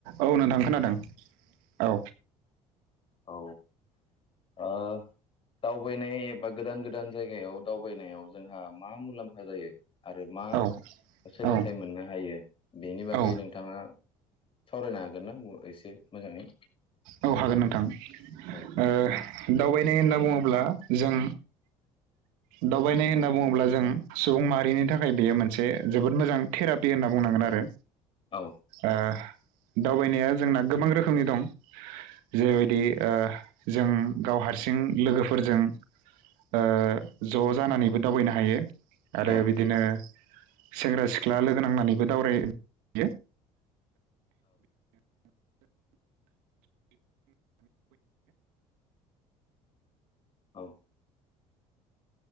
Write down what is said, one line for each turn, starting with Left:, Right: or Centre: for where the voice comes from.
Right: औ नोंथां खोनादों औ।
Left: औ ओ दावबायनाय बा गोदान गोदान जायगायाव दावबायनायाव जोंहा मा मुलाम्फा जायो? आरो मा
Right: औ
Left: सोलोंथाइ
Right: औ
Left: मोननो हायो बेनि बागै
Right: औ
Left: नोंथाङा सावरायनो हागोन नांगौवा एसे मोजाङै
Right: औ हागोन नोंथां
Left: औ
Right: ओ दावबाय माने होनना बुङोब्ला जों दावबायनाय होनना बुङोब्ला जों सुबुं माहारिनि थाखाय बेयो मोनसे जोबोद मोजां थेरापि होनना बुंनांगोन आरो
Left: औ
Right: ओ। दावबायनाया जोंना गोबां रोखोमनि दं जेरैबायदि जों गाव हारसिं लोगोफोरजों ओ ज' जानानैबो दावबायनो हायो। आरो
Left: औ
Right: बिदिनो, सेंग्रा सिख्ला लोगो नांनानैबो दावरायहैयो।
Left: औ।